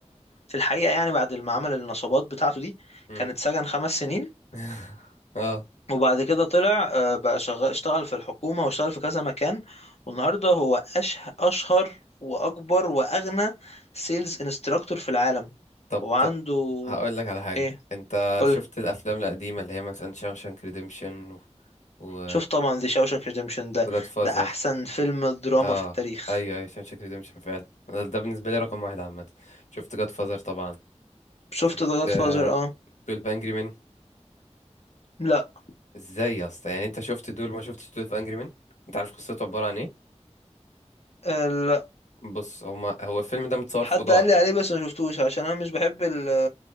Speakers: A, on the left (about 60°); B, on the left (about 85°).
A: في الحقيقه يعني بعد ما عمل النصابات بتاعته دي
B: مم.
A: كان اتسجن خمس سنين
B: <laughs> اه
A: وبعد كده طلع آه، بقى شغال اشتغل في الحكومة واشتغل في كذا مكان والنهاردة هو أشه... أشهر وأكبر وأغنى سيلز انستراكتور في العالم
B: طب
A: هو عنده
B: طب هقول لك على حاجة
A: إيه
B: انت
A: قول
B: شفت الافلام القديمة اللي هي مثلا شاوشانك ريديمشن و و
A: شوف طبعا ذا شاوشانك ريديمشن ده
B: جاد فازر
A: ده أحسن فيلم دراما
B: اه
A: في التاريخ
B: ايوه ايوه شاوشانك ريديمشن فعلا ده ده بالنسبة لي رقم واحد عامة شفت جاد فازر طبعا
A: شفت
B: شفت
A: ذا جاد
B: آه،
A: فازر اه
B: 12 Angry Men
A: لا
B: ازاي يا اسطى يعني انت شفت دول ما شفتش دول في انجري مان انت عارف قصته عباره عن ايه
A: آه، لا
B: بص هما هو الفيلم ده متصور
A: حد
B: في اوضه
A: قال
B: واحده
A: لي عليه بس ما شفتوش عشان انا مش بحب ال